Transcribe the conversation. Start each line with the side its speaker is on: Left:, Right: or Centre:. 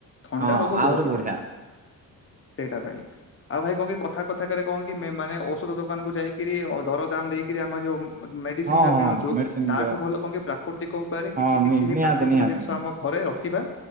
Left: ଥଣ୍ଡା
Right: ହଁ
Left: ରୋଗ
Right: ଆହୁରି
Left: ଦୂର ହେଇପାରିବ।
Right: ବଢିଆ
Left: ସେଇଟା ଭାଇ ଆଉ ଭାଇ କଣ କଥା କଥା କରେ କହ କି ମାନେ ଔଷଧ ଦୋକାନ କୁ ଯାଇକି ଦର ଦାମ ଦେଇକିରି ଆମର ଯୋଉ ମେଡିସିନ
Right: ହଁ
Left: ଯାହା
Right: ହଁ
Left: କିଣୁଛୁ
Right: ମେଡିସିନ
Left: ତାଠୁ
Right: ଦିଅ
Left: ଭଲ କଣ କି ପ୍ରାକୃତିକ ଉପାୟରେ କିଛି
Right: ହଁ
Left: କିଛିଇ
Right: ନିହାତି
Left: ପ୍ରାକୃତିକ
Right: ନିହାତି
Left: ଜିନିଷ
Right: ନିହାତି
Left: ଆମ ଘରେ ରଖିବା